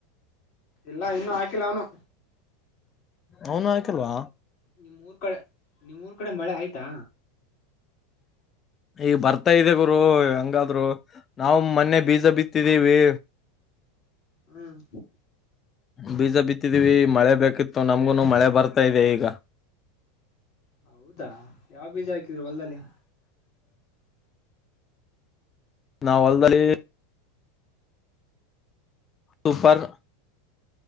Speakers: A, on the left; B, on the left.
A: ಇಲ್ಲ ಇನ್ನುೂ ಹಾಕಿಲ್ಲ ಅವನು
B: ಅವನು ಆಯ್ಕಲ್ವಾ
A: ನಿಮ್ಮ ಮೂಊರು ಕಡೆ ನಿಮ್ೂರ್ ಕಡೆ ಮಳೆ ಆಯ್ತಾ
B: ಈಗ ಬರ್ತ ಮತ್ತ ಇದಗರು
A: ಅಲೋ
B: ಹಂಗಾದ್ರು ನಾವು ಮೊನ್ನೆ ಬೀಜ ಬಿತ್ತಿದ್ದೀವಿ
A: ಹ್ಮ್
B: ಬೀಜ ಬಿತ್ತಿದೀವಿ ಮಳೆ ಬೇಕಿತ್ತು ನಮ್ಗುನು ಮಳೆ ಬರ್ತಾ ಇದೆ ಈಗ
A: ಹೌದಾ ಯಾವ ಬೀಜ ಹಾಕಿದ್ರು ಹೊಲ್ದಲ್ಲಿ
B: ನಾವವು ಹೊಲ್ದಲ್ಲಿ ಸಪರ್